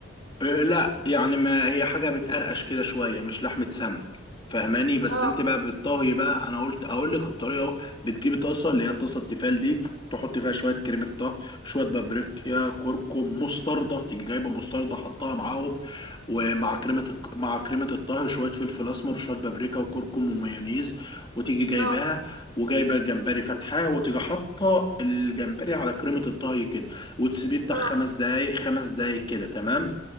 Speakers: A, on the left; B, on the right.
A: أه، لا يعني ما هي حاجة بتقرقش كده شوية مش لحمة سمك فاهماني بس
B: اه
A: انت بقى بالطهي بقى انا قلت اقول لك الطريقة اهو بتجيبي طاسة اللي هي الطاسة التيفال دي تحط فيها شوية كريمة طهي شوية بابريكا كركم مستردة تيجي جايبة مستردة حطها معاهم ومع
B: مم.
A: كريمة الك- مع كريمة الطهي شوية فلفل اسمر شوية بابريكا وكركم ومايونيز وتيجي جايباها
B: اه
A: وجايبه الجمبري فاتحاه وتيجي حاطه الجمبري على كريمه الطهي كده وتسيبيه بتاع
B: اه
A: خمس دقايق خمس دقايق كده تمام